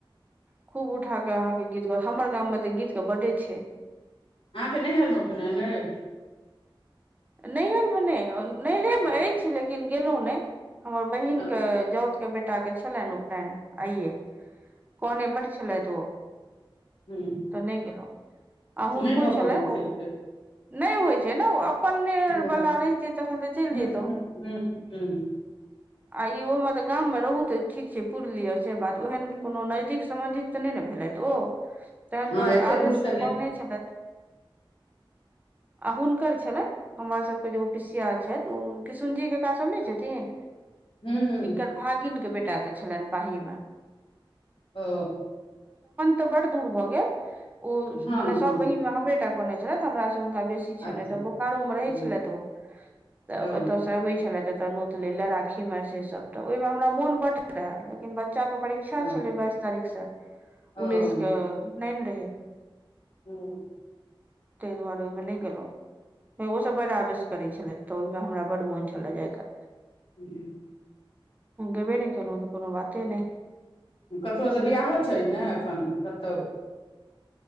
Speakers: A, on the right; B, on the left.
A: खूब उठा कऽ अहाँके गीत गात हमर गाममे तऽ गीतके बड्डे छै
B: अहां के नैहरमे उपनयन यै?
A: नैहरमे नहि नैहरेमे अछि लेकिन लेकिन गेलहुं ने हमर बहिन
B: अच्छा
A: के जाउत के बेटा के छलनि उपनयन आइये। कहने बड़ छलैथ ओ
B: हँ
A: तऽ नहि गेलौ। आ हुनको
B: नहि भऽ
A: छलय
B: पबै छै ओते
A: नैय होइत छैय ने ओ ने
B: हूँ
A: वला रहित तखन तऽ चैल जतौ।
B: हूँ हूँ हूँ
A: आ ई ओहिमे तऽ गाममे रहू तऽ ठीक छैय पुरी लिय से बात ओहन कोनो नजदीक सम्बंधित तऽ नहि ने भेलथि ओ तहन
B: हँ
A: तऽ
B: एते
A: आवेशसँ
B: दूर से गेल
A: कहने छलथि। आ हुनकर छलै। हमर सबके जे ओ पिसिया छैत ओ किशुनजी कक्का सभ नैय छथिन
B: हूँ हूँ
A: जिनकर भागिनके बेटाके छलनि पाहीमे
B: ओ
A: त बर दूर भ गेल उ
B: हँ
A: मने
B: हँ
A: सब बहिन में हमरे टा बने छलईथ त हमरा स नका बेसी छलनि
B: अच्छा
A: एतऽ बोखारो मे रहै
B: हूँ
A: छलथि ओ तऽ
B: ओ
A: ओतय से अबै छलथि। चनौत ले ले राखी में से सब तऽ ओहिमे हमरा मोन बड रहै लेकिन बच बच्चा के परीक्षा
B: ओ
A: छले बाइस तारीख से
B: ओ ओ
A: उन्नैस क उ नैन रह
B: हूँ
A: तै दुआारेमे नहि गलहु। ओ सब बड़ आवेश करै छलथि तऽ हमरा बड़ मोन
B: हूँ
A: छल जाय क।
B: हूँ
A: गेबे नै केलू त कोनो बाते नहि।
B: ककरहु स बियहो छैय ने एखन कतहु?